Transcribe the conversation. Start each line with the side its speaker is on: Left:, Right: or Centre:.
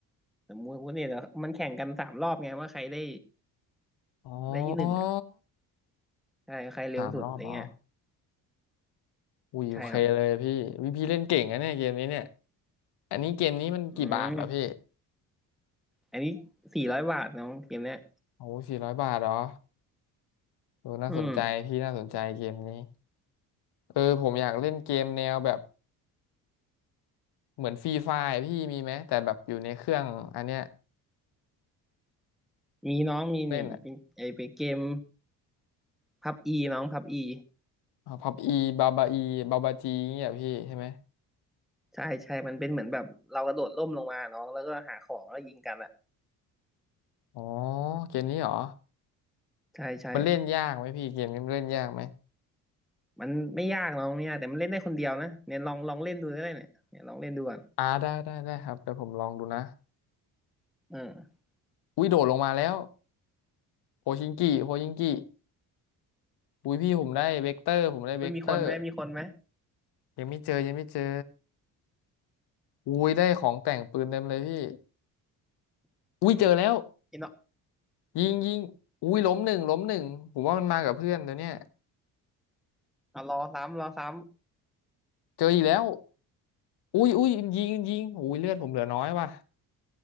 Centre: สมมติเนี่ยเดี๋ยวมันแข่งกันสามรอบไงว่าใครได้
Left: อ๋อ
Centre: ได้ที่หนึ่งอ่ะใช่ใครเร็วสุดอะไรเงี้ย
Left: สามรอบอ๋ออุ้ยโอเคเลยพี่วิพี่เล่นเก่งนะเนี่ยเกมนี้เนี่ย
Centre: ใช่ครับ
Left: อันนี้เกมนี้มันกี่บาทเหรอพี่
Centre: อืมอันนี้สี่ร้อยบาทน้องเกมเนี้ย
Left: โอ้สี่ร้อยบาทเหรอดูน่าสนใจพี่น่าสนใจเกมนี้
Centre: อืม
Left: เออผมอยากเล่นเกมแนวแบบเหมือนฟรีไฟร์พี่มีไหมแต่แบบอยู่ในเครื่องอันเนี้ย
Centre: มีน้องมีนี่เป็นไอเป็นเกม
Left: เล่นอะ
Centre: พับอีน้องพับอี
Left: พับอีบาบาอีบาบาจีเนี่ยพี่ใช่ไหม
Centre: ใช่ใช่มันเป็นเหมือนแบบเรากระโดดร่มลงมาน้องแล้วก็หาของแล้วยิงกันอ่ะ
Left: อ๋อเกมนี้เหรอ
Centre: ใช่ใช่
Left: มันเล่นยากไหมพี่เกมนี้มันเล่นยากไหม
Centre: มันไม่ยากเนาะไม่ยากแต่มันเล่นได้คนเดียวนะเนี่ยลองลองเล่นดูก็ได้เนี่ยเนี่ยลองเล่นดูก่อน
Left: อ่าได้ได้ได้ครับเดี๋ยวผมลองดูนะ
Centre: เออ
Left: อุ้ยโดดลงมาแล้วโพชิงกิโพชิงกิอุ้ยพี่ผมได้เวกเตอร์ผมได้เวกเตอร์
Centre: ไม่มีคนไหมมีคนไหม
Left: ยังไม่เจอยังไม่เจออุ้ยได้ของแต่งปืนเต็มเลยพี่อุ้ยเจอแล้ว
Centre: อิน่ะ
Left: ยิงยิงอุ้ยล้มหนึ่งล้มหนึ่งผมว่ามันมากับเพื่อนตัวเนี้ย
Centre: อ่ะรอซ้ำรอซ้
Left: เจออีกแล้วอุ้ยอุ้ยยิงยิงอุ้ยเลือดผมเหลือน้อยว่ะ